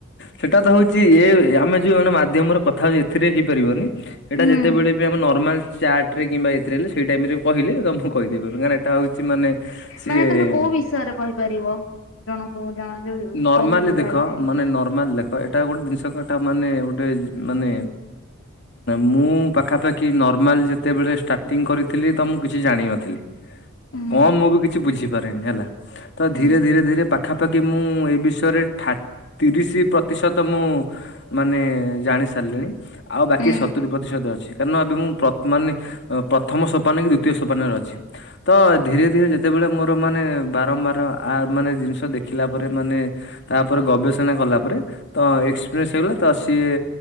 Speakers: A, on the left; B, on the left.
A: ସେଇଟା ତ ହଉଛି ଏ ଆମେ ଯଉ ଜଣେ ମାଧ୍ୟମରେ କଥା ହଉଚେ ଏଥିରେ ହେଇପାରିବନି। ଏଇଟା
B: ହୁଁ
A: ଯେତେବେଳେ ବି ଆମ ନର୍ମାଲ ଚାଟ ରେ କିମ୍ବା ଏଥିରେଲେ ସେଇ ଟାଇମ ରେ କହିଲେ ତ ମୁକୁଁ କହିଦେଇ ପାରିବି କ ଏଟା ହଉଛି ମାନେ ସିଏ
B: ମାନେ ତମେ କୋଉ ବିଷୟରେ କହିପାରିବ ଜଣଙ୍କୁ ଜଣ ଯୋଉ
A: ନର୍ମାଲି
B: ପଢୁଛି
A: ଦେଖ
B: ଭ
A: ମାନେ ନର୍ମାଲ ଲେଖ ଏଇଟା ଗୋଟେ ଜିନିଷ ଏଟା ମାନେ ଗୋଟେ ମାନେ ମୁଁ ପାଖାପାଖି ନର୍ମାଲ ଯେତେବେଳେ ଷ୍ଟାର୍ଟିଂ କରିଥିଲି ତ ମୁଁ କିଛି ଜାଣିନଥିଲି।
B: ହୁଁ
A: କଣ ମୁଁ ବି କିଛି ବୁଝିପାରେନି ହେଲା। ତ
B: ହୁଁ
A: ଧୀରେ ଧୀରେ ଧୀରେ ପାଖାପାଖି ମୁଁ ଏ ବିଷୟରେ ଠା ତିରିଶ ତିରିଶ ପ୍ରତିଶତ ମୁଁ ମାନେ ଜାଣି ସାରିଲିଣି ଆଉ ବାକି
B: ହୁଁ।
A: ସତୁରି ପ୍ରତିଶତ ଅଛି। କାରଣ ଏବେ ମୁଁ ମାନେ ପ୍ରଥମ ସୋପାନ କି ଦିତୀୟ ସୋପାନରେ ଅଛି। ତ ଧୀରେ ଧୀରେ ଯେତେବେଳେ ମୋର ମାନେ ବାରମ୍ବାର ଆ ମାନେ ଜିନିଷ ଦେଖିଲା ପରେ ମାନେ ତାପରେ ଗବେଷଣା କଲା ପରେ ତ ଏକ୍ସପିରିଏନ୍ସ ହେଇଗଲା ତ ସିଏ